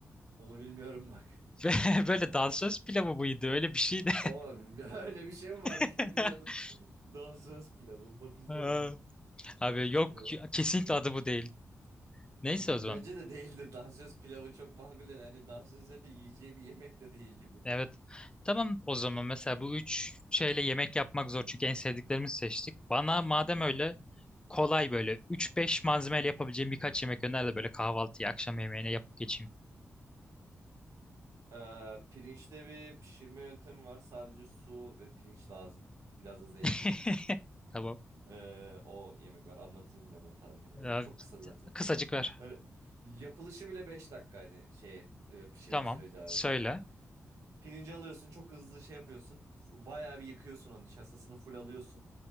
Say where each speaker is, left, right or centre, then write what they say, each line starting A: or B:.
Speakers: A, on the right; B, on the left.
A: Onu bilmiyorum bak. <laughs>
B: Ve <laughs> böyle dansöz pilavı mıydı? Öyle bir şeydi.
A: O öyle bir şey mi varmış
B: <laughs>
A: bilmiyordum. <laughs> Dansöz pilavı bakacağım
B: Aa,
A: ha.
B: Abi
A: Dansöz
B: yok
A: pilavı.
B: kesinlikle adı bu değil. Neyse
A: Ee,
B: o zaman.
A: Bence de değildir. <laughs> Dansöz pilavı çok makul. değil. Hani dansözlerin de yiyeceği bir yemek de değil gibi
B: Evet.
A: bu.
B: Tamam o zaman mesela bu üç şeyle yemek yapmak zor çünkü en sevdiklerimizi seçtik. Bana madem öyle kolay böyle üç beş malzemeyle yapabileceğim birkaç yemek öner de böyle kahvaltıya akşam yemeğine yapıp geçeyim.
A: Ee, pirinçte bir pişirme yöntemi var. Sadece su ve pirinç lazım. Biraz da zeytinyağı.
B: <laughs> Tamam.
A: Ee, o yemek var. Anlatayım mı hemen tarifini vereyim.
B: Ee,
A: Çok kısa zaten.
B: kısacık ver.
A: Yani yapılışı bile beş dakika hani şeye e, pişirme
B: Tamam.
A: süreci harici.
B: Söyle.
A: Pirinci alıyorsun çok hızlı şey yapıyorsun. F- Bayağı bir yıkıyorsun onu nişastasını full alıyorsun.